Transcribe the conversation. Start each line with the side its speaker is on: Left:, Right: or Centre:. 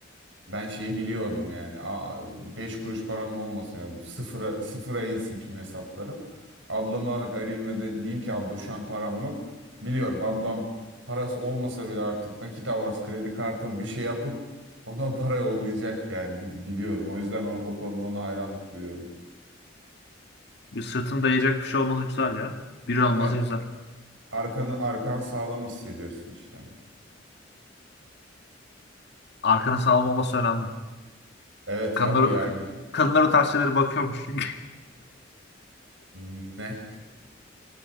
Right: ben şeyi biliyordum yani. Aa, beş kuruş param olmasın yani. Sıfıra, sıfıra insin tüm hesaplarım. Ablama ar- arayayım ve de diyeyim ki abla şu an param yok. Biliyorum ablam parası olmasa bile artık nakit avans kredi kartım bir şey yapıp bana o para yollayacak yani Bi- biliyorum. O yüzden o, o konuda ona hayranlık duyuyorum.
Left: Bir sırtını dayayacak bir şey olması güzel ya. Biri olması
Right: Evet
Left: güzel.
Right: arkanı arkan sağlam hissediyorsun işte.
Left: Arkana sağlam olması önemli.
Right: Evet
Left: Kadınlar,
Right: abi yani
Left: kadınlar o tarz şeylere bakıyormuş çünkü.
Right: ne?